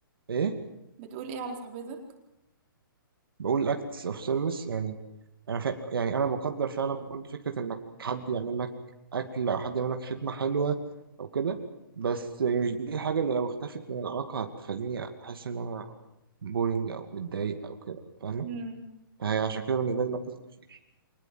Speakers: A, on the right; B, on the right.
A: إيه؟
B: بتقول ايه على صاحبتك
A: بقول acts of service يعني انا فا... يعني انا بقدر فعلا برضو فكره انك حد يعمل لك اكل او حد يعمل لك خدمه حلوه او كده بس مش دي الحاجه اللي لو اختفت من العلاقه هتخليني احس ان انا بورينج او متضايق او كده فاهمه
B: مم.
A: فهي عشان كده بالنسبه لي المركز الاخير